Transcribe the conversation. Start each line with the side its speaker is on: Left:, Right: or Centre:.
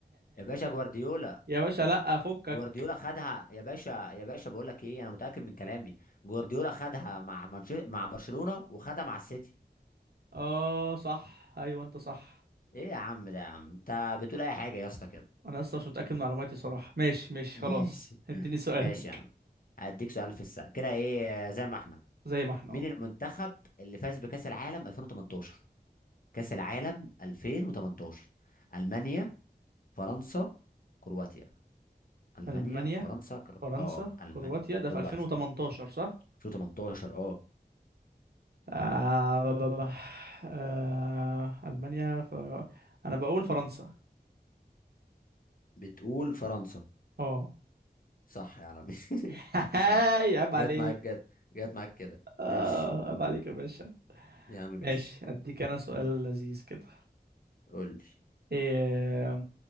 Left: يا باشا جوارديولا
Right: <laughs> يا باشا لا فكك
Left: جوارديولا خدها يا باشا يا باشا بقول لك ايه انا متاكد من كلامي جوارديولا خدها مع منش... مع برشلونه وخدها مع السيتي
Right: اه صح ايوه انت صح
Left: ايه يا عم ده يا عم انت بتقول اي حاجه يا اسطى كده
Right: انا اصلا مش متاكد من معلوماتي صراحه ماشي
Left: <laughs>
Right: ماشي
Left: ماشي
Right: خلاص اديني سؤالك
Left: ماشي يا عم هديك سؤال في الساعه كده ايه آه، زي ما احنا
Right: زي ما احنا
Left: مين
Right: اهو
Left: المنتخب اللي فاز بكاس العالم 2018 كاس العالم 2018 المانيا فرنسا كرواتيا المانيا
Right: المانيا
Left: فرنسا كرواتيا
Right: فرنسا
Left: اه المانيا
Right: كرواتيا ده
Left: كرواتيا
Right: في 2018 صح
Left: 2018 اه
Right: آه... آه... المانيا ف... انا بقول فرنسا
Left: بتقول فرنسا
Right: اه
Left: صح يا عالمي
Right: <laughs>
Left: <laughs> صح
Right: هاي عيب
Left: جت
Right: عليك
Left: معاك جت جت معاك كده
Right: اه
Left: ماشي
Right: عيب عليك يا باشا
Left: يا عم ماشي
Right: ماشي اديك انا سؤال لذيذ كده
Left: قول لي
Right: إيه